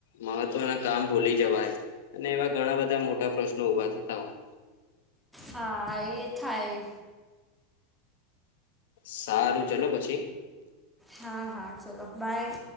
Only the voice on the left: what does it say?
મહત્વના કામ ભૂલી જવાય અને એવા ઘણા બધા મોટા પ્રશ્નો ઊભા થતા હોય
સારું ચલો પછી